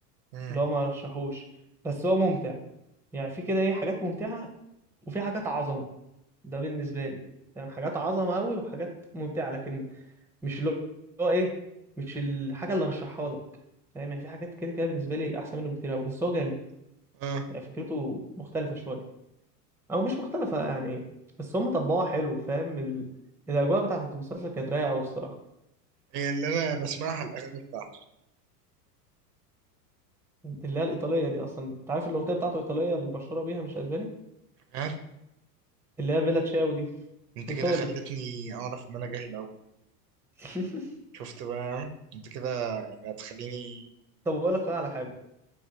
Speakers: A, on the right; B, in the centre.
A: مم.
B: اللي هو ما رشحوش بس هو ممتع يعني في كده ايه حاجات ممتعه وفي حاجات عظمه ده بالنسبه لي فاهم حاجات عظمه قوي وحاجات ممتعه لكن مش اللي هو ايه مش الحاجه اللي رشحها لك فاهم يعني في حاجات كده كده بالنسبه لي احسن منه بكتير قوي بس هو جامد
A: اه
B: يعني فكرته مختلفه شويه او مش مختلفه يعني بس هم طبقوها حلو فاهم ال... الاجواء بتاعت المسلسل كانت رايقه قوي بصراحه
A: هي اللي انا بسمعها الاغاني بتاعته
B: اللي هي الايطاليه دي اصلا انت عارف إن الاغنيه بتاعته ايطاليه المشهوره بيها مش اسباني
A: فاهم؟
B: اللي هي بيلا تشاو دي
A: انت
B: ايطالي
A: كده خلتني اعرف ان انا جاهل اوي
B: <laughs>
A: شفت بقى انت كده يعني هتخليني
B: طب اقول لك بقى على حاجه